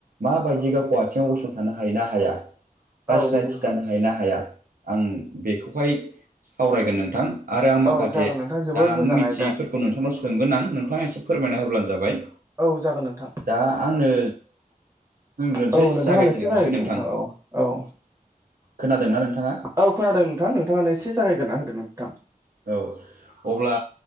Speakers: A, on the right (about 70°); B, on the right (about 20°).
A: माबायदि गावखौ आथिङाव गसंथानो हायो ना हाया बा
B: औ
A: सिनायथि
B: नंगौ नोंथां
A: जानो हायो ना हाया आं बेखौहाय सावरायगोन नोंथां। आरो आं माखासे
B: औ जागोन नोंथां जोबोद
A: दा
B: मोजां
A: मिथियैफोर
B: आयदा
A: खौ नोंथांनाव सोंगोन आं नोंथाङा एसे फोरमायना होब्लानो जाबाय
B: औ जागोन नोंथां
A: दा आंनो होनग्रोनोसै
B: औ नोंथाङानो
A: जागायजेनग्रोसै
B: एसे जागायग्रोदो
A: नोंथां
B: औ औ
A: खोनादोंना नोंथांङा
B: औ खोनादों नोंथां नोंथाङानो एसे जागायग्रना होदों नोंथां
A: औ अब्ला